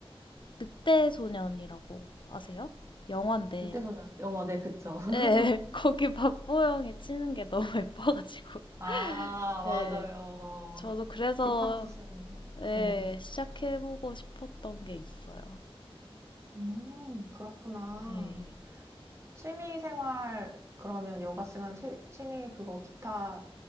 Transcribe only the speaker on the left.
늑대 소년이라고 아세요? 영화인데
예, <laughs> 거기 박보영이 치는 게 너무 <laughs> 예뻐가지고
예, 저도 그래서
예,
시작해보고 싶었던 게 있어요.
예.